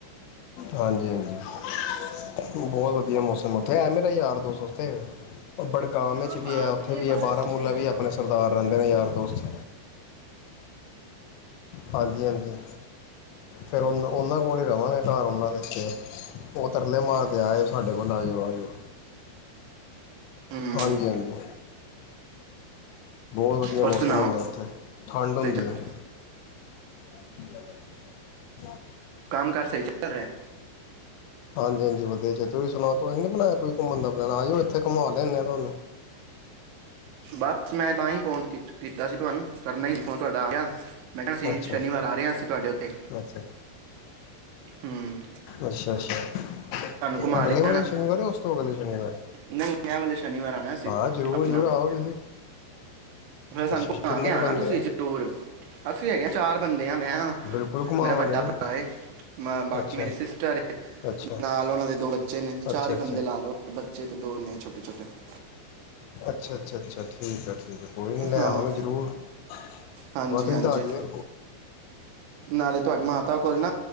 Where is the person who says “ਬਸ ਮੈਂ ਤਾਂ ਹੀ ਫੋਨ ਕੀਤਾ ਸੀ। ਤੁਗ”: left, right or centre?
Right